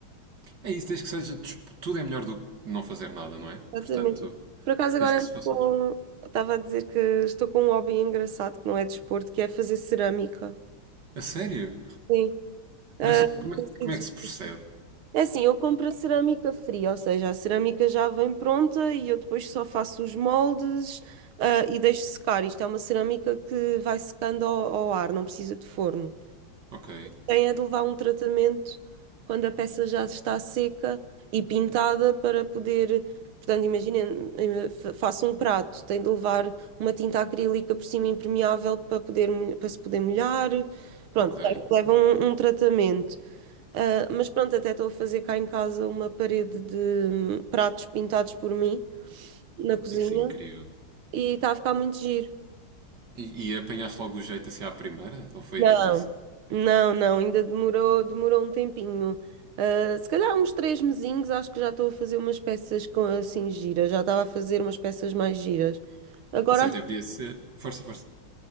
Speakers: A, on the right; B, on the right.
A: É isso, desde que seja. disp- Tudo é melhor do que não fazer nada, não é?
B: Exatamente.
A: Portanto,
B: Por acaso agora
A: desde que
B: estou-
A: se faça. dis-
B: estava a dizer que estou com um hobby engraçado que não é desporto, que é fazer cerâmica.
A: A sério?
B: Sim. Ah,
A: Mas como
B: tem
A: é, como
B: sido-
A: é que se
B: giro.
A: percebe?
B: é assim, eu compro a cerâmica fria, ou seja, a cerâmica já vem pronta e eu depois só faço os moldes, ah, e deixo secar. Isto é uma cerâmica que vai secando ao, ao ar, não precisa de forno.
A: Ok,
B: tem é de levar um tratamento quando a peça já está seca e pintada para poder. Portanto, imaginem, eh, fa- faço um prato, tem de levar uma tinta acrílica por cima impermeável para poder, molh- para se poder molhar. Pronto,
A: ok.
B: é que leva um, um tratamento. Ah, mas pronto, até estou a fazer cá em casa uma parede de hum, pratos pintados por mim na cozinha
A: Isso é incrível.
B: e está a ficar muito giro.
A: E, e apanhaste logo o jeito assim à primeira? Ou foi
B: Não,
A: difícil?
B: não, não, ainda demorou, demorou um tempinho. Ah, se calhar uns três mesinhos, acho que já estou a fazer umas peças com, assim giras, já estava a fazer umas peças mais giras. Agora,
A: Isso
B: acho-
A: até podia ser. Força, força.